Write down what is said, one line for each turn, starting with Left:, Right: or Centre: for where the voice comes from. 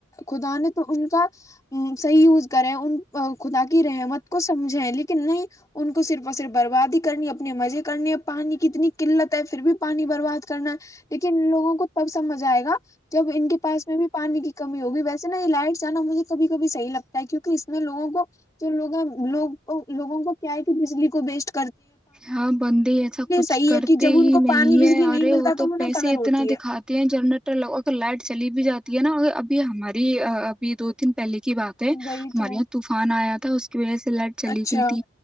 Left: خدا نے تو ان کا صحیح یوز کریں ان خدا کی رحمت کو سمجھیں لیکن کہ نہیں ان کو صرف اور صرف برباد ہی کرنی اپنے مزے کرنی ا پانی کی اتنی قلت ہے پھر بھی پانی برباد کرنا ہے لیکن لوگوں کو تب سمجھ آئے گا جب ان کے پاس میں بھی پانی کی کمی ہوگی ویسے نا یہ لائٹسانا مجھے کبھی کبھی صحیح لگتا ہے کیک اس میں لگوں کو جو لو لوگ لووں کو کیا ہے کہ بجلی کو بیسٹ
Centre: ہاں بندے ایسا کچھ
Left: صحیح
Centre: کرتے
Left: ہے کہ جب
Centre: ہی
Left: ان کو
Centre: نہیں
Left: پانی بجلی
Centre: ہے ارے
Left: نہیں
Centre: وہ
Left: ملتا
Centre: تو
Left: انہیں
Centre: پیسے
Left: قدر
Centre: اتنا
Left: ہوتی
Centre: دکھاتے
Left: ہے
Centre: ہیں جنریٹر لگوا لائٹ چلی بھی جاتی نا ابھی ہماری ابھی دو تین پہلے کی بات ہے
Left: وہی
Centre: ہمارے
Left: تو
Centre: یہاں طوفان آیا تھا تھا اس کی وجہ سے لائٹ چلی
Left: اچھا
Centre: گئی تھی